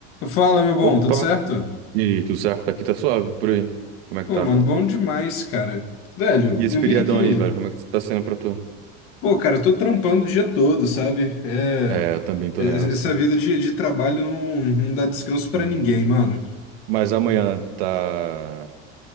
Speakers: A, on the left; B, on the right.
A: Fala, meu bom,
B: Opa!
A: tudo certo?
B: E aí, tudo certo? Aqui tá suave, por aí. Como é que
A: Pô,
B: tá?
A: mano, bom demais, cara. Velho,
B: E esse
A: eu
B: feriadão
A: vim aqui.
B: aí, velho, como é que tá sendo pra tu?
A: Pô, cara, eu tô trampando o dia todo, sabe? É.
B: É, eu também tô
A: es-
B: nessa.
A: Essa vida de, de trabalho não, não dá descanso pra
B: Sim.
A: ninguém, mano.
B: Mas amanhã tá.